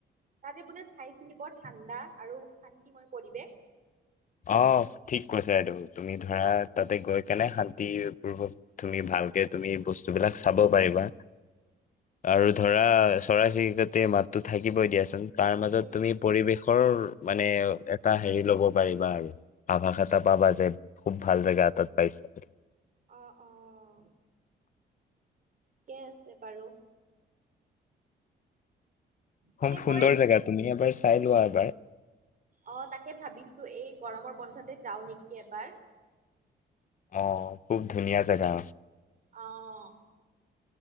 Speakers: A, on the right (about 45°); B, on the left (about 45°).
A: তাতে বোলে ঠাইখিনি বৰ ঠাণ্ডা আৰু শান্তিময় পৰিৱেশ।
B: আহ, ঠিক কৈছা এটো। তুমি ধৰা, তাতে গৈ কেনে শান্তিপূৰ্বক তুমি ভালকে তুমি বস্তুবিলাক চাব পাৰিবা। আৰু ধৰা চৰাই চিৰিকত গোটেই মাততো থাকিবই দিয়াচোন। তাৰ মাজত
A: উম
B: তুমি
A: উম।
B: পৰিৱেশৰ মানে এ এটা হেৰি ল'ব। পাৰিবা আৰু। আভাস এটা পাবা যে খুব ভাল জেগা এটাত পাইছে।
A: অঁ, অঁ। থিকেই আছে বাৰু। এনে
B: খুব সুন্দৰ
A: গৈ
B: জেগা, তুমি এবাৰ। চাই লোৱা এবাৰ।
A: অ', তাকে ভাবিছো। এই গৰমৰ বন্ধতে যাওঁ নেকি এবাৰ।
B: অ, খুব ধুনীয়া জেগা।
A: অহ